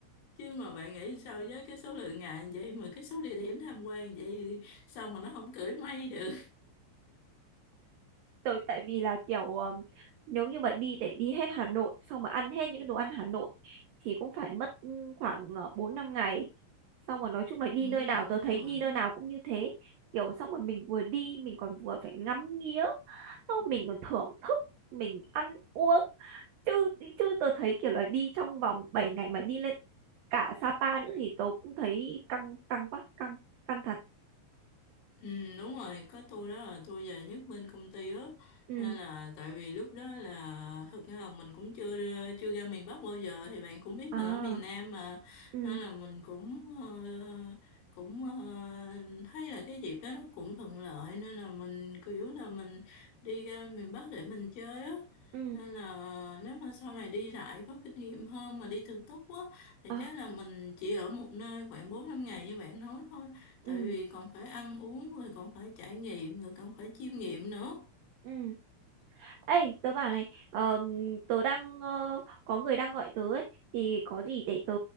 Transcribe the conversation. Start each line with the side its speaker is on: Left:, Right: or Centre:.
Left: chứ mà bạn nghĩ sao với cái số lượng ngày như vậy mà cái số địa điểm tham quan vậy thì sao mà nó không cưỡi mây được
Right: tôi tại vì là kiểu ờm, nếu như mà đi để đi hết Hà Nội xong mà ăn hết những cái đồ ăn Hà Nội thì cũng phải mất ừ, khoảng ờ, 4 5 ngày. Xong rồi nói chung
Left: <laughs>
Right: là đi
Left: ừ,
Right: nơi nào tôi
Left: đúng
Right: thấy
Left: rồi
Right: đi nơi nào cũng như thế. Kiểu xong rồi mình vừa đi mình còn vừa phải ngắm nghía, xong mình còn thưởng thức, mình ăn uống. Chứ chứ tôi thấy kiểu là đi trong vòng 7 ngày mà đi lên cả Sapa nữa thì tôi cũng thấy căng căng quá, căng căng thật.
Left: Ừ, đúng rồi, có tôi đó là tôi về nhất bên công ty á
Right: Ừ.
Left: nên là tại vì lúc đó là thực ra là mình cũng chưa ra- chưa ra miền Bắc bao giờ thì bạn cũng biết
Right: À,
Left: mình ở miền Nam mà
Right: ừ,
Left: nên là mình cũng ờ, cũng ờ, thấy là cái dịp đó nó cũng thuận lợi nên là mình kiểu là mình đi ra miền Bắc để mình chơi á
Right: ừ,
Left: nên là nếu mà sau này đi lại có kinh nghiệm hơn mà đi thường túc á thì
Right: à,
Left: chắc là mình chỉ ở một nơi khoảng bốn năm ngày như bạn nói thôi
Right: ừ,
Left: tại vì còn phải ăn uống rồi còn phải trải nghiệm rồi còn phải chiêm nghiệm nữa
Right: ừ. Ê, tớ bảo này, ờm, tớ đang ờ, có người đang gọi tớ ấy, thì có gì để tớ